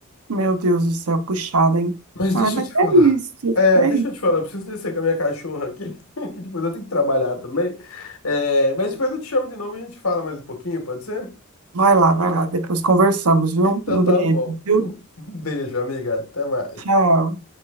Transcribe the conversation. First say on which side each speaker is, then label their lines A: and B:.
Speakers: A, on the right (about 75°); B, on the left (about 70°).
A: meu Deus do céu, puxada, hein?
B: Mas
A: Ah,
B: deixa
A: mas
B: eu te falar.
A: é isso,
B: É,
A: é
B: deixa
A: isso.
B: eu te falar, eu preciso descer com a minha cachorra aqui, <laughs> que depois eu tenho que trabalhar também. É, mas depois eu te chamo de novo e a gente fala mais um pouquinho, pode ser? <laughs>
A: Vai lá, vai lá, depois conversamos, viu?
B: Então
A: Um
B: tá
A: beijo,
B: bom.
A: viu?
B: Um beijo, amiga. Até mais.
A: Tchau.